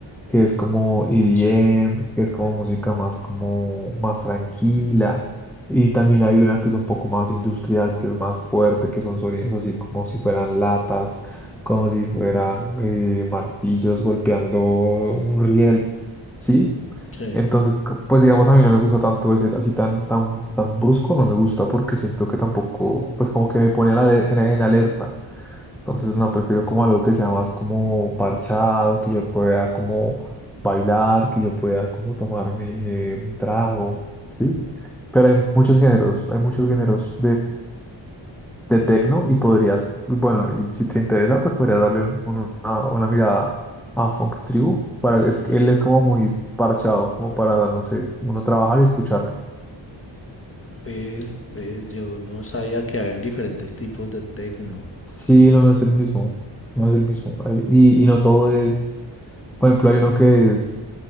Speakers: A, in the centre; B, on the left (about 30°).
A: que es como EDM,
B: Sí,
A: que es como música más, como, más tranquila. Y también hay una que es un poco más industrial, que es más fuerte, que son sonidos así como si fueran latas, como si fueran eh, martillos golpeando un riel, ¿sí?
B: sí.
A: Entonces, co- pues digamos, a mí no me gusta tanto ese así tan, tan, tan brusco, no me gusta porque siento que tampoco, pues como que me pone en, ale- en- en alerta. Entonces, no, prefiero como algo que sea más como parchado, que yo pueda como bailar, que yo pueda como tomarme eh, un trago, ¿sí? Pero hay muchos géneros, hay muchos géneros de tecno y podrías, bueno, y si te interesa, pues podrías darle un- un- una, una mirada a Funk Tribu, para, es que él es como muy parchado, como para, no sé, uno trabajar y escucharlo.
B: Ve, ve, yo no sabía que habían diferentes tipos de techno.
A: Sí, no, no es el mismo, no es el mismo. Ay, Y, y no todo es, por ejemplo, hay uno que es,